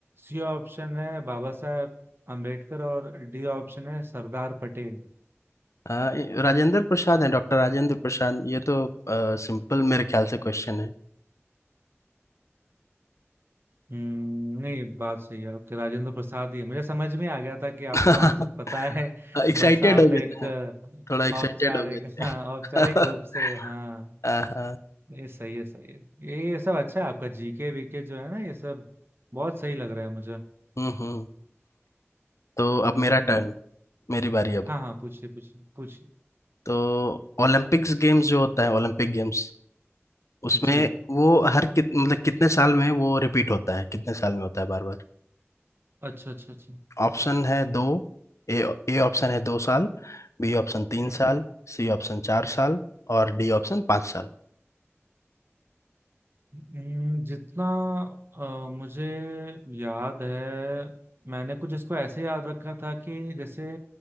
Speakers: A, on the right (about 50°); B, on the left (about 90°).
A: C option है बाबा साहेब अम्बेडकर और डी ऑप्शन है सरदार पटेल
B: हाँ, ये राजेंद्र प्रसाद है डॉक्टर राजेंद्र प्रसाद ये तो सिंपल मेरे ख्याल से क्वेश्चन है
A: हम्म नहीं बात सही है आपके राजेंद्र प्रसाद ही है। मुझे समझ में आ गया था कि आपको
B: <laughs>
A: आंसर पता है <laughs>
B: एक्साइटेड
A: बस आप
B: हो गए
A: एक
B: थे हाँ,
A: अ,
B: थोड़ा एक्साइटेड
A: औपचारिक
B: हो गए थे
A: हाँ औपचारिक रूप
B: <laughs>
A: से हाँ
B: हाँ हाँ,
A: ये सही है सही है ये ये सब अच्छा है आपका जीके वीके जो है ना ये सब बहुत सही लग रहा है मुझे
B: हम्म हम्म तो
A: हम्म
B: अब मेरा टर्न मेरी बारी अब
A: हाँ हाँ पूछिए पूछिए पूछिए
B: तो ओलंपिक्स गेम्स जो होता है ओलंपिक गेम्स उसमें
A: जी
B: वो हर कित मतलब कितने साल में वो रिपीट होता है कितने साल में होता है बार
A: अच्छा अच्छा अच्छा
B: ऑप्शन है दो ए ए ऑप्शन है दो साल बी ऑप्शन तीन
A: हम्म
B: साल सी ऑप्शन चार साल और डी ऑप्शन पाँच साल
A: हम्म, जितना अ, मुझे याद है मैंने कुछ इसको ऐसे याद रखा था कि जैसे